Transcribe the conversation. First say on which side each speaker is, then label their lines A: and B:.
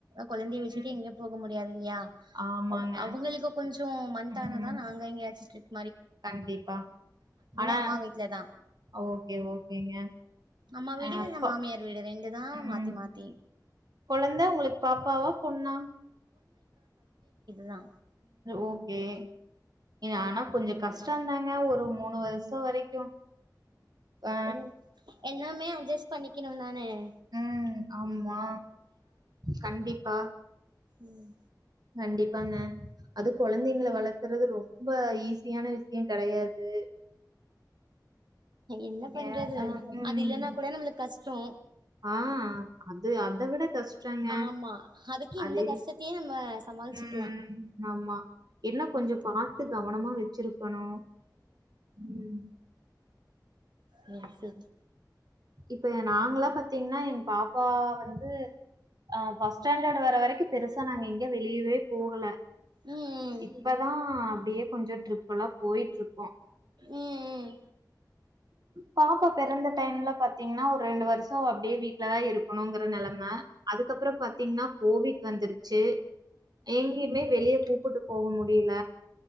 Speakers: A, on the right; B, on the right.
A: கொழந்தைய வச்சுட்டு
B: ம்
A: எங்கேயு போக முடியாது இல்லையா
B: ஆமாங்க
A: அவுங்களுக்கு கொஞ்சம் வந்ட்டாங்கதா
B: ம்
A: நா அங்க எங்கேயாச்சு ட்ரிப்பு
B: கண்டிப்பா ஆனா
A: அம்மா வீட்லதா
B: ஓகே ஓகேங்க
A: அம்மா வீடு
B: அ அப்போ
A: இல்ல மாமியார் வீடு ரெண்டு தா
B: ம்
A: மாத்தி மாத்தி
B: கொழந்த உங்களுக்கு பாப்பாவா பொண்ணா
A: நா
B: ஓகே இது ஆனா கொஞ்சோ கஷ்ட இருந்தே தாங்க ஒரு மூணு வருஷசோ வரைக்கு ஆ
A: உம் எல்லாமே அஜ்ஜஸ்ட் பண்ணிக்கணு நான் சே <unintelligible>
B: உம் ஆமா கண்டிப்பா
A: ம்
B: கண்டிப்பாங்க அது கொழந்தைங்கள வளக்குறது ரொம்ப ஈஸியான விஷ்யோ கெடையாது
A: என்ன பண்றது
B: ஏ ஆ ம்
A: அது இல்லன்னா கூட நம்மளுக்கு கஷ்டோ
B: ஆ அது அத விட கஷ்டங்க
A: ஆமா அதுக்கு
B: அது
A: இந்த கஷ்டத்தையே நம்ம சமாளிச்சுக்கலா
B: ம் ஆமா என்ன கொஞ்சோ
A: ம்
B: பாத்து கவ் கவனமா வெச்சுரு க்கனு ம்
A: சேரி சேரி
B: இப்ப நாங்கலா பாத்தீங்கன்னா என் பாப்பா வந்து அ ஃபஸ்ட் ஸ்டேண்டர்ட் வர வரைக்கு பெருசா நாங்க எங்க வெளியவே போகல
A: ம்
B: இப்பதா அப்டியே கொஞ்சோ ட்ரிப் இப்பல்லா போயிட்ருக்
A: ம் ம்
B: பாப்பா பெறந்த டைம்ல பாத்தீங்கன்னா ஒரு ரெண்டு வருஷோ அப்டியே வீட்லதா இருக்கணுங்குற நெலம அதுக்கப்புறோம் பாத்தீங்கன்னா கோவிட் வந்துருச்சு எங்கேயுமே வெளிய கூப்டுட்டு போ முடில